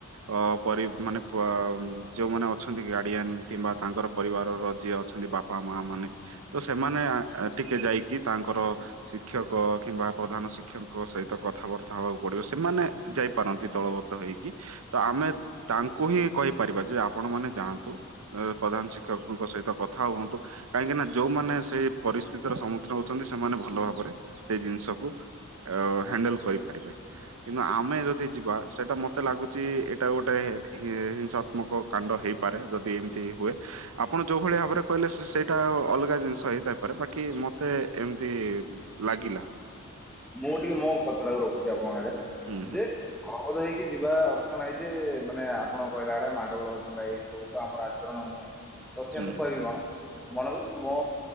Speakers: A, on the right; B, in the centre.
A: ଅ ପରି ମାନେ ପ ଯୋଉମାନେ ଅ ଅଛନ୍ତି ଗାର୍ଡ଼ିଆନ୍। କିମ୍ବା ତାଙ୍କର ପରିବାରର ଯିଏ ଅଛନ୍ତି ବାପା ମା ମାନେ। ତ ସେମାନେ ଆଁ ଟିକିଏ ଯାଇଁକି ତାଙ୍କର। ଶିକ୍ଷକ କିମ୍ବା ପ୍ରଧାନ ଶିକ୍ଷକଙ୍କ ସହିତ କଥାବାର୍ତ୍ତା ହବାକୁ ପଡିବ ସେମାନେ। ଯାଇପାରନ୍ତି ଦଳବଦ୍ଧ ହେଇକି ତ ଆମେ ତାଙ୍କୁ ହିଁ କହିପାରିବା ଯେ ଆପଣମାନେ। ଯାଆନ୍ତୁ ଏ ପ୍ରଧାନ ଶିକ୍ଷକଙ୍କ ସହିତ କଥା ହୁଅନ୍ତୁ। କାହିଁକି ନା ଯୋଉମାନେ ସେଇ ପରିସ୍ଥିତିର ସମ୍ମୁଖୀନ ହଉଚନ୍ତି ସେମାନେ ଭଲ ଭାବରେ ସେଇ ଜିନିଷକୁ। ଆ ଅ ହ୍ୟାଣ୍ଡେଲ କରିପାରିବେ। କିନ୍ତୁ ଆମେ ଯଦି ଯିବା ସେଟା ମତେ ଲାଗୁଚି ଏଇଟା ଗୋଟେ ଏ ହିଂସାତ୍ମକ। କାଣ୍ଡ ହେଇପାରେ ଯଦି ଏମିତି ହୁଏ। ଆପଣ ଯୋଉ ଭଳି ଭାବରେ କହିଲେ ସେ ସେଇଟା ଅଲଗା ଜିନିଷ ହେଇଥାଇପାରେ ବାକି ମତେ ଏମିତି। ଲାଗିଲା।
B: ମୁଁ ଟିକେ ମୋ କଥା ଟାକୁ ରଖୁଚି ଆପଣଙ୍କ ଆଗରେ
A: ହୁଁ ହୁଁ
B: ଯେ ଅଳବଦ ହେଇକି ଯିବା ଅର୍ଥ ନାହିଁ ଯେ ମାନେ ଆପଣ କହିଲା ଭଳିଆ ମାଡଗୋଳ କିମ୍ବା ଏଇ ସବୁ ତ ଆମର ଆଚରଣ ନୁହେଁ। ତଥାପି
A: ହୁଁ
B: ମୁଁ କହିବି କଣ ମନେକର ମୋ